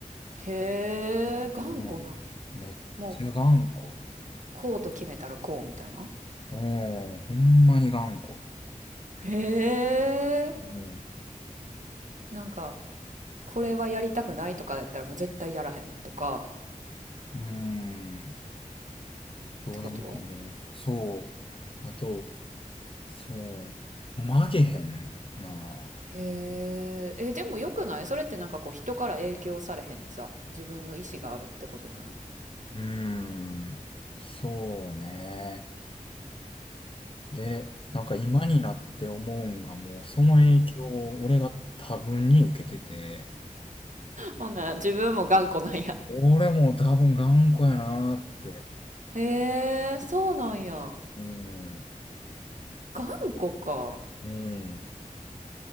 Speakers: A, on the right (about 65°); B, on the left (about 40°).
A: へえ、頑固なんや。
B: うん。めっちゃ頑固。
A: もう、こうと決めたらこうみたいな。
B: うん、ほんまに頑固。
A: へえ、
B: うん。
A: なんか、これはやりたくないとかやったらもう絶対やらへんとか
B: うーん。と、
A: ってこと
B: なんかもう、そう。あと、そう、曲げへんな。
A: へえ、え、でもよくないそれってなんかこう人から影響されへんでさ、自分の意思があるってことじゃない
B: うーん、そうね。で、なんか今になって思うんが、もうその影響を俺が多分に受けてて、
A: うん。ほんなら自分も頑固なんや。
B: 俺も多分頑固やなーって。
A: へえ、そうなんや。
B: うん、
A: 頑固か。
B: うん。